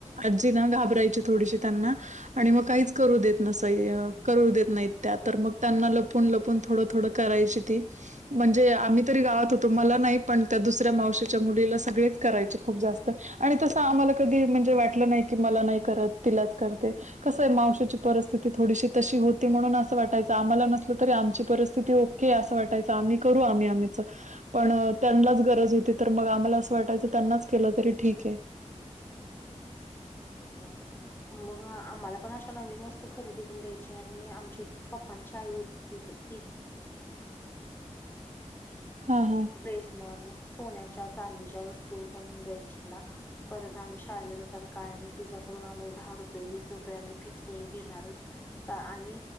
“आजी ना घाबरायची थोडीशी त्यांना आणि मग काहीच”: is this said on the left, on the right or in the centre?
Right